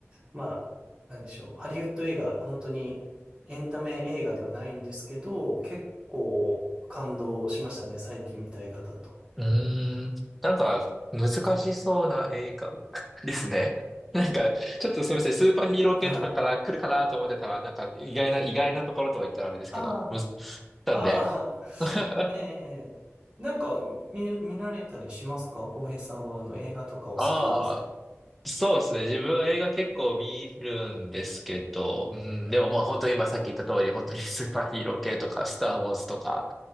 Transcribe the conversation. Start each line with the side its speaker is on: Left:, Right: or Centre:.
Right: まあ、なんでしょう。ハリウッド映画、本当にエンタメ映画ではないんですけど、結構感動しましたね。最近見た映画だと。
Centre: うーん。なんか、難しそうな映画 <laughs> ですね。<laughs> なんか、ちょっとすみません、スーパーヒーロー系とかから来るかなと思ってたら、
Right: はい。
Centre: なんか、意外な、意外なところとか言ったらあれですけど、
Right: ああ、
Centre: むず、なんで。
Right: ああ、
Centre: <laughs>
Right: <laughs> ええなんか見、見られたりしますか浩平さんはあの映画とかお好きです。
Centre: あそうですね。自分映画結構見るんですけど、うん、でもまあ本当に今さっき言った通り、本当に <laughs> スーパーヒーロー系とか、スター・ウォーズとか、